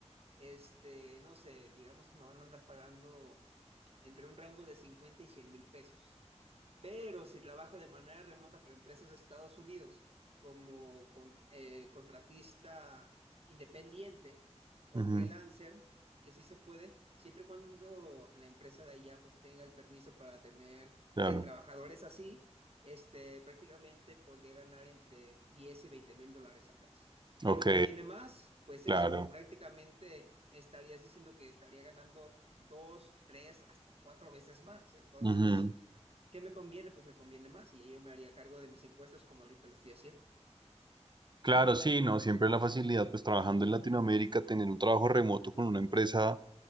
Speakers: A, on the right; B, on the right.
A: este, no sé, digamos que me van a andar pagando entre un rango de cincuenta y cien mil pesos. Pero si trabajo de manera remota para empresas de Estados Unidos como con, eh, contratista independiente o
B: Ujú,
A: freelancer, que sí se puede, siempre y cuando la empresa de allá pues tenga el permiso para tener
B: claro.
A: eh, trabajadores así, este, prácticamente podría ganar entre diez y veinte mil dólares al mes. ¿Qué
B: Ok,
A: me conviene más? Pues
B: claro.
A: eso, por prácticamente estarías diciendo que estaría ganando dos, tres, hasta cuatro veces más. Entonces,
B: Ujú.
A: ¿Qué me conviene? Pues me conviene más y yo me haría cargo de mis impuestos como ahorita lo estoy haciendo.
B: Claro, sí, no, siempre la facilidad, pues trabajando en Latinoamérica, tener un trabajo remoto con una empresa